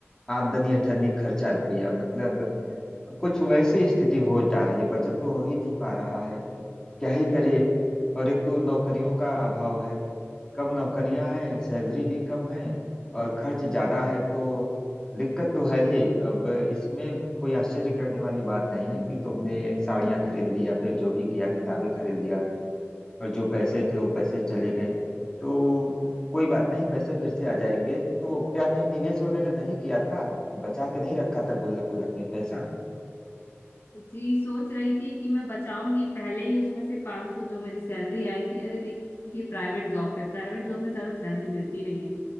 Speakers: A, on the left; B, on the left.
A: आमदनी अठन्नी खर्चा रुपया मतलब कुछ वैसी स्थिति हो जा रही है बचत तो हो ही नहीं पा रहा है क्या ही करे और एक तो नौकरियों का अभाव है कम नौकरियां हैं सैलरी भी कम है और खर्च ज्यादा है तो दिक्कत तो है ही अब इसमें कोई आश्चर्य करने वाली बात नहीं है कि तुमने साड़ियां खरीद ली या फिर जो भी किया किताबें खरीद लिया और जो पैसे थे वो पैसे चले गए तो कोई बात नहीं पैसे फिर से आ जाएंगे तो क्या कहीं निवेश वगैरह नहीं किया था बचा के नहीं रखा था गुल्लक गुल्लक में पैसा
B: जी सोच रही थी कि मैं बचाऊंगी पहले ही उसमें से 500 जो मेरी सैलरी आई थी अरे देखिए प्राइवेट जॉब पे प्राइवेट जॉब में ज्यादा सैलरी मिलती नहीं है